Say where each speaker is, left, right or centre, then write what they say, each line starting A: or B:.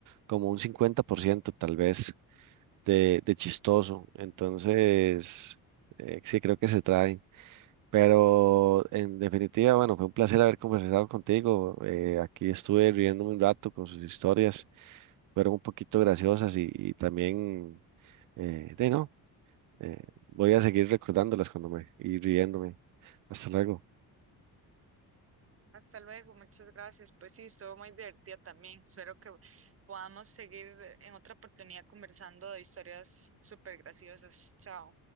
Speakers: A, on the right; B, on the right.
A: como un 50% tal vez de, de chistoso. Entonces, eh, sí creo que se trae. Pero en definitiva, bueno, fue un placer haber conversado contigo. eh, aquí estuve riéndome un rato con sus historias fueron un poquito graciosas y, y también, eh, de no, eh, voy a seguir recordándolas cuando me y riéndome. Hasta luego.
B: Hasta luego, muchas gracias. Pues sí, estuvo muy divertida también. Espero que podamos seguir en otra oportunidad conversando de historias súper graciosas. Chao.